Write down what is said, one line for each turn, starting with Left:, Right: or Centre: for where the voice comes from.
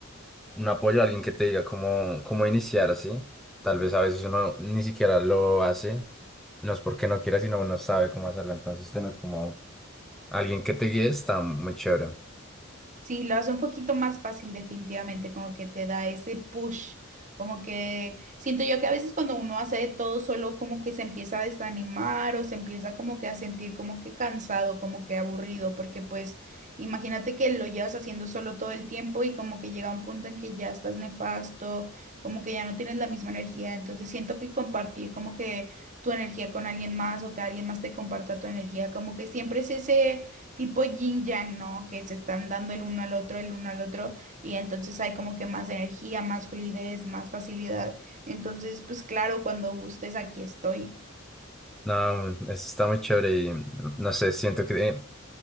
Centre: un apoyo, alguien que te diga cómo, cómo iniciar así. Tal vez a veces uno ni siquiera lo hace, no es porque no quiera, sino uno sabe cómo hacerlo. Entonces tener como alguien que te guíe está muy chévere.
Right: Sí, lo hace un poquito más fácil definitivamente, como que te da ese push, como que siento yo que a veces cuando uno hace de todo solo como que se empieza a desanimar o se empieza como que a sentir como que cansado, como que aburrido, porque pues imagínate que lo llevas haciendo solo todo el tiempo y como que llega un punto en que ya estás nefasto, como que ya no tienes la misma energía, entonces siento que compartir como que tu energía con alguien más o que alguien más te comparta tu energía, como que siempre es ese tipo yin yang, ¿no? Que se están dando el uno al otro, el uno al otro, y entonces hay como que más energía, más fluidez, más facilidad. Entonces, pues claro, cuando gustes, aquí estoy.
Centre: No, eso está muy chévere y no sé, siento que eh,